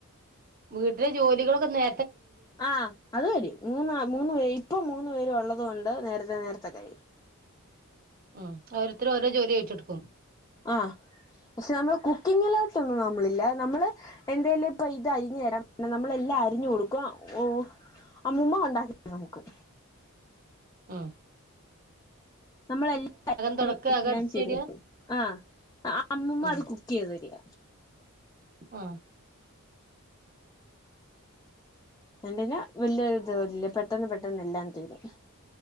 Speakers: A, on the right (about 40°); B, on the left (about 15°).
A: വീട്ടിലെ ജോലികളൊക്കെ നേ
B: ആ അത് വരും മൂന്നാ മൂന്ന്പേ ഇപ്പം മൂന്ന് പേര് ഉള്ള തുകൊണ്ട് നേരത്തെ നേരത്തെ കഴിയും
A: ഉം ഓരോരുത്തര് ഓരോ ജോലി ഏറ്റെടുക്കും
B: ആ പക്ഷെ നമ്മള് കുക്കിങ്ങിലോട്ടൊന്നും നമ്മളില്ല നമ്മള് എന്തേലും ഇപ്പൊ ഇത് അരിഞ്ഞു തരാൻ പറഞ്ഞനമ്മളെല്ലാം അരിഞ്ഞു കൊടുക്ക-ഓഹ് അമ്മൂമ്മ ഒണ്ടാക്കി തരും നമുക്ക്
A: അ
B: നമ്മള് എല്ല <unintelligible>
A: തൊടക്കാ അകം
B: എല്ലാം
A: അടിച്ചേരാ
B: ചെയ്ത് ആഹ് അമ്മൂമ്മ
A: ഉം
B: അത് കുക്കെയ്ത് തരിക
A: ആഹ്
B: എൻ്റെന് വെല്യ ജോലി ഇല്ല പെട്ടെന്ന് പെട്ടെന്ന് എല്ലാം തീരും